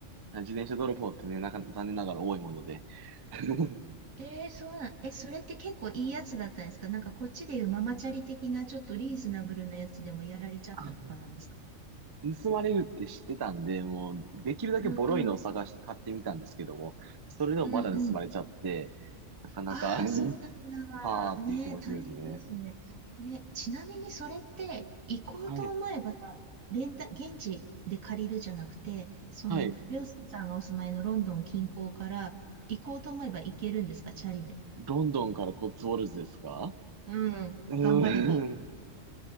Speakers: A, on the right; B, on the right.
A: 自転車泥棒ってね、なんか、残念ながら多いもので。<laughs>
B: えー、そうなん、え、それって結構いいやつだったんですかなんかこっちでいうママチャリ的なちょっとリーズナブルなやつでもやられちゃったとかなんですか
A: あの、盗まれるって知ってたんで、もう、できるだけボロいのを探して買ってみたんですけども、
B: うんうん。
A: それでもまだ盗まれちゃって、
B: うん
A: なかなか、
B: ああ、
A: <laughs>
B: そうなんだ。
A: はーっていう気持ちですね。
B: ねえ、大変ですね。え、ちなみにそれって、行こうと思えば、
A: はい。
B: レンタ、現地で借りるじゃなくて、その、
A: はい。
B: りょうすけさんがお住まいのロンドン近郊から、行こうと思えば行けるんですか、チャリで。
A: ロンドンからコッツウォルズですか
B: うん、
A: うーん。
B: 頑張れば。